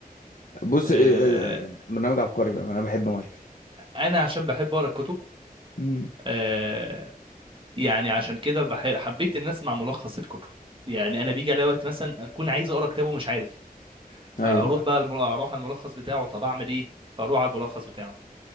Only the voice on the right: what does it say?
آه
انا عشان بحب اقرا الكتب
آه يعني عشان كده بحب حبيت ان اسمع ملخص الكتب يعني انا بيجي عليا وقت مثلا اكون عايز اقرا كتاب ومش عارف فاروح
بقى المل... اروح على الملخص بتاعه طب اعمل ايه فاروح على الملخص بتاعه